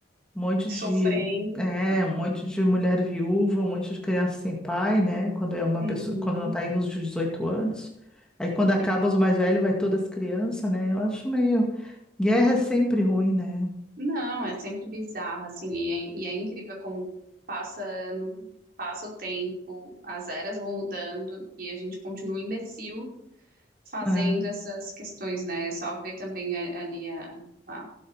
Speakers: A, in the centre; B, on the right.
A: um monte
B: Sofrendo.
A: de, é,
B: Ah,
A: um monte de mulher viúva, um monte de criança sem pai, né? Quando é uma
B: uhum.
A: pessoa, quando não tá indo nos 18 anos. Aí quando acaba
B: É.
A: os mais velhos, vai todas as crianças, né? Eu acho meio. Guerra é sempre ruim, né?
B: Não, é sempre bizarro, assim, e é, e é incrível como passa ano, passa o tempo, as eras vão mudando e a gente continua um imbecil fazendo
A: É.
B: essas questões, né? É Só ver também a- ali a- a-